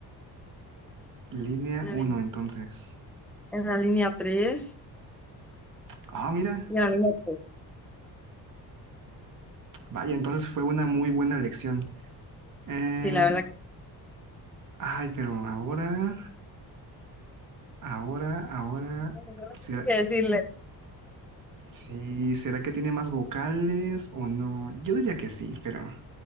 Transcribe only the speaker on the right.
Línea
uno
entonces.
Ah, mira.
Vaya, entonces fue una muy buena lección. Em,
ay, pero ahora, ahora, ahora.
¿Será,
sí, ¿será que tiene más vocales o no? Yo diría que sí, pero.